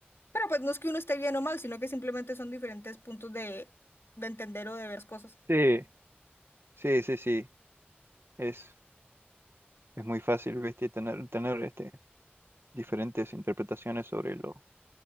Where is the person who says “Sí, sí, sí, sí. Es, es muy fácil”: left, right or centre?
Right